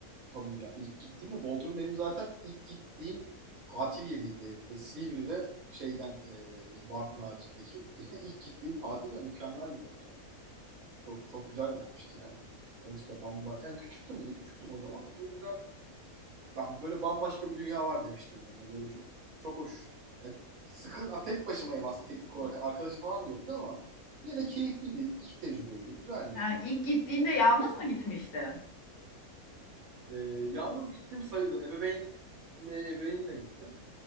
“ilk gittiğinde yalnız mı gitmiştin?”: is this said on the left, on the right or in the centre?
Left